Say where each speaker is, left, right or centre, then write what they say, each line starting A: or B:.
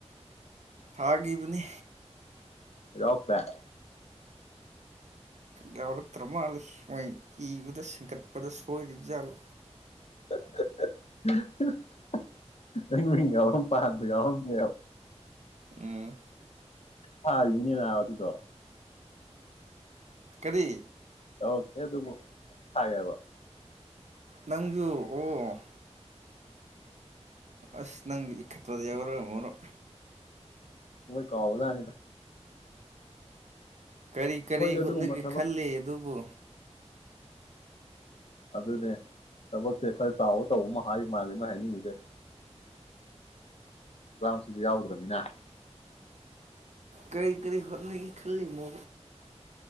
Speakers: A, on the right; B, on the left.
A: ꯊꯥꯈꯤꯕꯅꯤ
B: ꯌꯥꯎꯔꯛꯇꯔ‌ꯦ
A: ꯌꯥꯎꯔꯛꯇ꯭ꯔ ꯃꯥꯜꯂꯦ ꯃꯣꯏ ꯏꯕꯗ ꯁꯤꯡꯒꯠꯄꯗ ꯁꯣꯏꯔꯤꯖꯥꯠꯂ
B: <inaudible> ꯃꯤꯝ ꯄꯥꯝ ꯑꯎꯍꯝ <inaudible>
A: ꯎꯝ
B: ꯍꯥꯥ ꯌꯅꯤꯅ ꯑꯋꯥ ꯑꯗꯨꯗ
A: ꯀꯔꯤ
B: ꯑꯣꯦ ꯑꯗꯨ ꯍꯥꯏꯦꯕꯣ
A: ꯅꯪꯖꯨ ꯑꯣ ꯑꯁ ꯅꯪ ꯏ ꯈꯠꯋꯥꯗ ꯌꯥꯎꯔꯣ ꯑꯃꯔꯣ
B: ꯣꯏ ꯀꯥꯎꯥꯎꯗꯅꯤꯗ
A: ꯀꯔꯤ ꯀꯔꯤ
B: ꯑꯗꯨꯒꯨꯝꯕ
A: ꯍꯣꯠꯅꯒꯦ
B: ꯊꯕꯛ
A: ꯈꯜꯂꯤ ꯑꯗꯨꯕꯨ
B: ꯑꯗꯨꯅꯦ ꯊꯕꯛꯁꯦ ꯈꯔ ꯆꯥꯎꯕ ꯇꯧꯕ ꯑꯃ ꯍꯥꯏ ꯃꯥꯜꯂꯤꯦ ꯃꯣꯏ ꯍꯥꯏꯅꯤꯡꯉꯤꯤꯁꯦ ꯃꯇꯥꯡꯁꯤꯁꯦ ꯌꯥꯎꯗ꯭ꯔꯃꯤꯅ
A: ꯀꯔꯤ ꯀꯔꯤ ꯍꯣꯠꯅꯒ ꯈꯜꯂꯤꯃꯣ